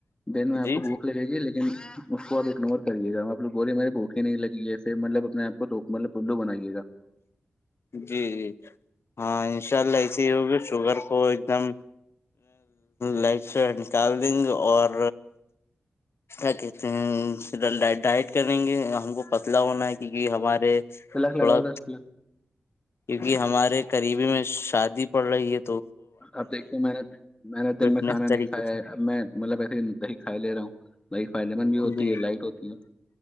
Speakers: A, on the left; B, on the left.
A: دن میں آپ
B: جی
A: کو
B: جی
A: بھوک لگے گی لیکن اس کو آپ اگنور کریےا ہم لو بورے ماری بھوکھی نہیں لگی ہے پھر مطلب اپنے آپ کو مطلب لو بنائیے گا
B: جی جی ہاں انشاء اللہ ایسے ہی ہوگے شوگر کو ایک دم لائٹ سے نکال دیں گے اور کیا کہتے ہیں ڈائٹ کریں گے ہم کو پتلا ہونا ہے کیکہ ہمارے
A: کلاک
B: تھوڑا
A: لگاؤ دس کلاک
B: کیونکہ ہمارے قریبی میں شادی پل یہ
A: اب دیکھیے میں نے میں نے دن
B: فٹنس
A: میں کھانا نہیں
B: طریقے
A: کھایا
B: سے
A: ہے اب میں مطلب ایسےی کھائی لے رہا ہوں دہی فائدے مند بھی ہوتی
B: جی
A: ہے لائٹ ہوتی ہے